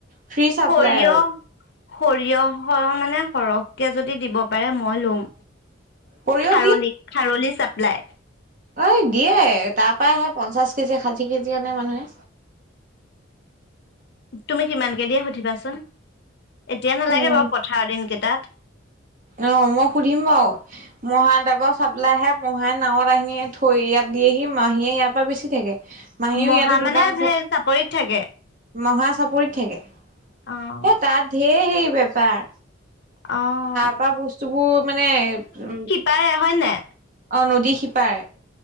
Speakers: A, on the right; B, on the left.
A: ফ্ৰী চাপ্লাই
B: সৰিয়হ-
A: আৰু
B: সৰিয়হৰ মানে সৰহকে যদি দিব পাৰে মই লোঁম।
A: সৰিয়হ
B: খাৰলি - খাৰলি চাপ্লাই।
A: অই, দিয়ে তাৰ পা আহে পঞ্চাশ কেজি, ষাঠি কেজি আনে মানুহে।
B: তুমি কিমানকে দিয়ে সুধিবাচোন এতিয়া নালাগে
A: উম
B: বাৰু পথাৰৰ দিন কেইটা
A: অ, মই সুধিম বাওঁ। মহান তাৰপা চাপলাইহে মহান নাৱত আহিনি থৈ ইয়াত দিয়েহি মাহীয়ে ইয়াৰ পা বেচি থাকে। মাহীও
B: মহা
A: ইয়াতো
B: মানে
A: দোকান আছে
B: সেই চাপৰিত থাকে।
A: মহা চাপৰিত থাকে।
B: অ',
A: এ তাত ঢেৰ হেই বেপাৰ,
B: অ',
A: পোৱা বস্তুবোৰ মানে উ
B: তাৰে হয়নে?
A: অ, নদী সিপাৰে।